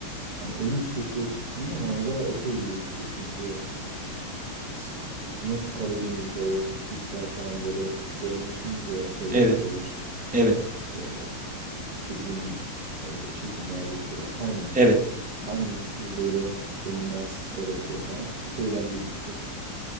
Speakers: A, on the right (about 90°); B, in the centre.
A: hani o yüksekliğe çıktığında manzara epey değişiyor. Çünkü işte s- nasıl Karadeniz'de o sisler falan böyle görmüşsündür ya şey
B: Evet,
A: yapıyorlar.
B: evet,
A: Ee, uzun e, çekimler yapıyorlar. Timelapse.
B: evet.
A: Timelapse gibi böyle önünden sisler akıyor falan. Çok eğlenceli, çok